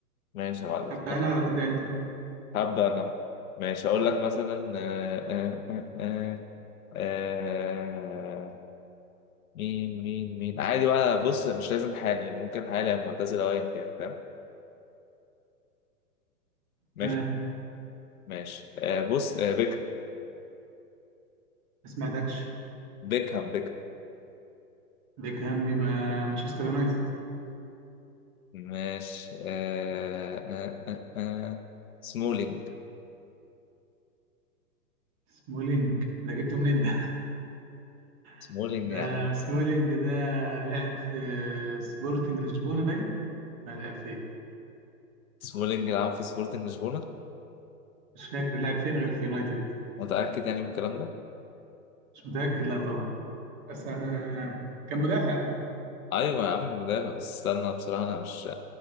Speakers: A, on the left (about 60°); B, on the right (about 30°).
A: ماشي يا معلم
B: ابدا انا ولا تبدا انت
A: هبدا انا ماشي هقول لك مثلا آه، آه، آه، آه، آه، مين مين مين عادي بقى بص مش لازم حالا يعني ممكن حالا أو معتزل او ايا كان فاهم ماشي
B: تمام
A: ماشي آه، بص آه، بيكهام
B: ما سمعتكش
A: بيكهام بيكهام
B: بيكهام يبقى مانشستر يونايتد
A: ماشي آه، آه، آه، آه، آه. سمولينج
B: سمولينج ده جبته منين ده
A: سمولينج
B: <laughs> ده
A: يا عم
B: سمولينج ده لعب في سبورتنج لشبونه باين لا، لعب فين
A: سمولينج لعب في سبورتنج لشبونة
B: مش فاكر لعب فين غير في يونايتد
A: متأكد يعني من الكلام ده
B: مش متاكد لا طبعا بس انا كان مدافع ده
A: أيوة يا عم المدافع بس استنى بصراحة أنا مش